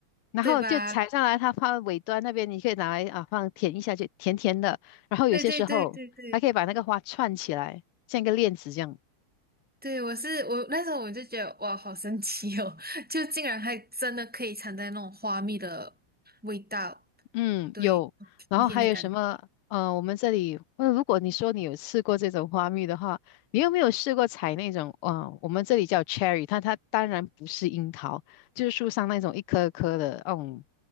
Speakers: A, on the left; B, in the centre.
A: 然后就采上来，
B: 对吧？
A: 它放尾端那边，你可以拿来啊放舔一下，就甜甜的。然后有些时候还可以把那个花串起来，
B: 对对对对对。
A: 像一个链子这样。
B: 对，我是我那时候我就觉得哇，好神奇哦，<laughs> 就竟然还真的可以尝在那种花蜜的味道，
A: 嗯，
B: 对，
A: 有，然后还有什么？
B: 新鲜的感觉。
A: 呃，我们这里，那如果你说你有吃过这种花蜜的话，你有没有试过采那种？嗯，我们这里叫 cherry，它它当然不是樱桃，就是树上那种一颗颗的，嗯，